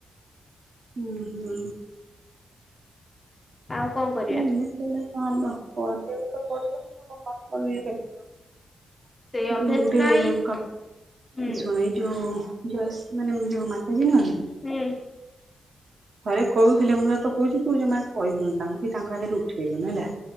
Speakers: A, on the right; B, on the left.
A: ହୁଁ ହୁଁ।
B: ଆଉ କଣ କର
A: ନାଇଁ ଏମିତି ହେଲେ କଣ ହବ କରିଆକୁ ତ ପଡିବ ଆଉ ନ କଲେ କେମତି ହବ।
B: ସେଇ ଅଭ୍ୟାସ
A: ଯୋଉ ଗୋଟେ
B: ନାହିଁ
A: କ
B: ହୁଁ
A: ଏ ଶୁଣ ଏଇ ଯୋଉ ଜ ସ୍ ମାନେ ଯୋଉ ମାତାଜୀ ନୁହ ନା
B: ହୁଁ।
A: ଘରେ କହୁଥିଲେ ମୁଁ ତତେ କହୁଚି ତୁ ଯମା କହିବୁନି। ତାଙ୍କୁ କି ତାଙ୍କ ଆଗରେ ଉଠେଇବୁନି ହେଲା।